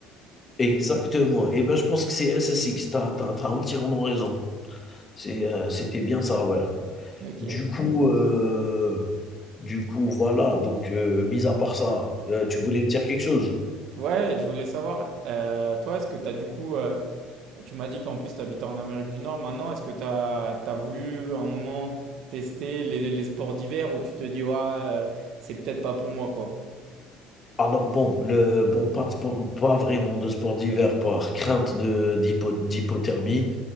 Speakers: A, on the left (about 25°); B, on the right (about 60°).
A: Exactement. Et ben, je pense que c'est SSX. Tu as tu as tu entièrement raison. C'est, heu, c'était bien ça, ouais.
B: Ok.
A: Du coup, heu, du coup, voilà, donc heu, mis à part ça, heu, tu voulais me dire quelque chose?
B: Ouais, je voulais savoir, euh, toi, est-ce que tu as du coup, euh, tu m'as dit qu'en plus tu habitais en Amérique du Nord, maintenant, est-ce que tu as, voulu un moment tester les, les sports d'hiver où tu te dis, ouais, euh, c'est peut-être pas pour moi, quoi?
A: Alors bon, le bon, pas de sport pas vraiment de sport d'hiver par crainte de d'hypo d'hypothermie,